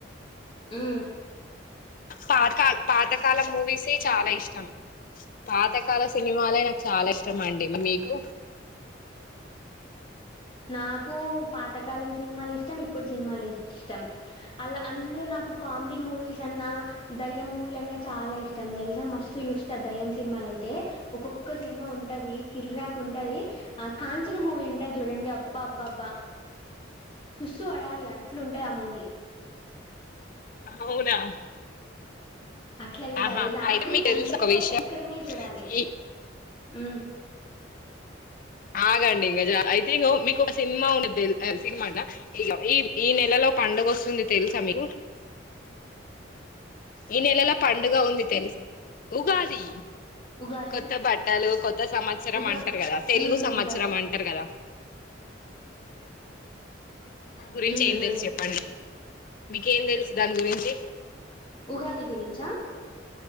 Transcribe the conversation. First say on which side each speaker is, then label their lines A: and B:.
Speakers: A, on the left; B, on the left.
A: ఉ
B: పాతకాల పాతకాల మూవీసే చాలా ఇష్టం పాతకాల సినిమాలే నాకు చాలా ఇష్టం అండి మీకు
A: నాకు పాతకాలం సినిమాలు ఇష్టం ఇప్పుడు సినిమా ఇష్టం అ అందులో నాకు కామెడి మూవీస్ అన్నా ధై ఏ మూవీలన్న చాలా ఇష్టం తెలుసా మస్తు చూస్త దెయ్యం సినిమాలు అయితే ఒక్కొక్క సినిమా ఉంటది కిర్రాక్ ఉంటది ఆ కాంచనా మూవీ ఉంటది చూడండి అప్ అబ్బా అబ్బా అబ్బా సుసు పడాలి అట్లు ఉంటాది ఆ మూవీ
B: అవునా
A: అట్లా చూడాలి
B: ఆహా
A: రాత్రి
B: అయితే మీకు తెలుసు
A: ఒంటరిగా
B: ఒక విషయం
A: ఒక్కరిమే చూడాలి
B: ఈ
A: ఉ
B: ఆగండి ఇంకా జ మీకు ఒక సినిమా ఉంది సినిమా అంట ఇ ఈ ఈ నెలలో పండుగ వస్తుంది తెలుసా మీకు ఈ నెలలో పండుగ ఉంది తెలుసా ఉగాది
A: ఉగాది
B: కొత్త బట్టలు కొత్త సంవత్సరం
A: ఉగా
B: అంటారు కదా తెలుగు
A: ఉమ్
B: సంవత్సరం
A: ఉగాది
B: అంటారు కదా గురించి
A: ఉమ్
B: ఏం
A: ఉమ్
B: తెలుసు చెప్పండి మీకేం తెలుసు దాని గురించి
A: ఉగాది గురించా